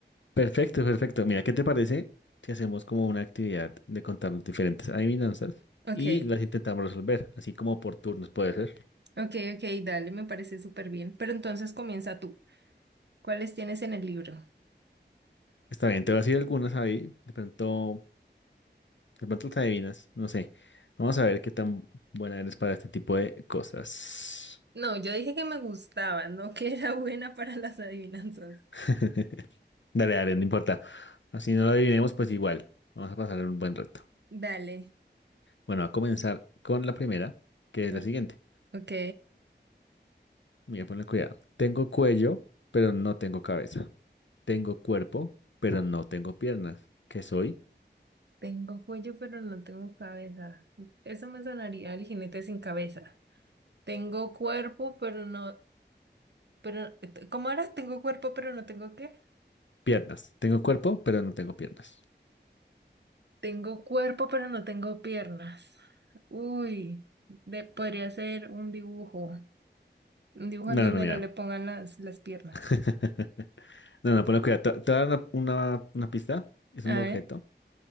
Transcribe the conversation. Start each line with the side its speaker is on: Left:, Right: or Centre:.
Left: Perfecto, perfecto. Mira, ¿qué te parece si hacemos como una actividad de contarnos diferentes adivinanzas
Right: Ok,
Left: y las intentamos resolver, así como por turnos puede ser?
Right: ok, ok, dale, me parece súper bien. Pero entonces comienza tú. ¿Cuáles tienes en el libro?
Left: Está bien, te voy a decir algunas ahí, de pronto De pronto te adivinas, no sé. Vamos a ver qué tan buena eres para este tipo de cosas.
Right: No, yo dije que me gustaban, no que <laughs> era buena para las adivinanzas.
Left: <laughs> Dale, dale, no importa. Así no lo adivinemos, pues igual. Vamos a pasar un buen rato.
Right: Dale,
Left: Bueno, a comenzar con la primera, que es
Right: o-
Left: la siguiente.
Right: ok.
Left: Mira, ponle cuidado. Tengo cuello, pero no tengo cabeza. Tengo cuerpo, pero no tengo piernas. ¿Qué soy?
Right: Tengo cuello, pero no tengo cabeza. Eso me sonaría el jinete sin cabeza. Tengo cuerpo, pero no, pero, ¿cómo era? Tengo cuerpo, pero no tengo qué.
Left: Piernas. Tengo cuerpo, pero no tengo piernas.
Right: Tengo cuerpo, pero no tengo piernas. Uy, de- podría ser un dibujo. Un dibujo
Left: No,
Right: en donde
Left: no, no, mira.
Right: no le pongan las, las piernas.
Left: <laughs> No, no, ponle cuidado. Te te voy a dar una, una una pista. Es
Right: A
Left: un objeto.
Right: ver,